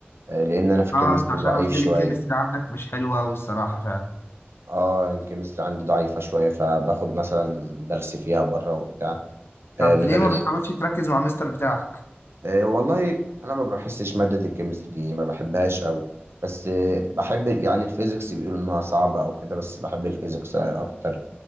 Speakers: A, on the right (about 85°); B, on the left (about 75°).
A: آه، لان انا في الكيمستري
B: اه انت عشان
A: ضعيف
B: قلت
A: شوية
B: لي الكيمستري عندك مش حلوة اوي الصراحة فعلا
A: اه الكيمستري عندي ضعيفة شوية فباخد مثلا درس فيها بره وبتاع
B: طب
A: آه، مدر-
B: ليه ما بتحاولش تركز مع المستر بتاعك
A: أه والله انا ما بحسش ماده الكيمستري دي ما بحبهاش قوي بس أه بحب ال- يعني الفيزيكس بيقولوا انها صعبه او كده بس بحب الفيزيكس آه، اكتر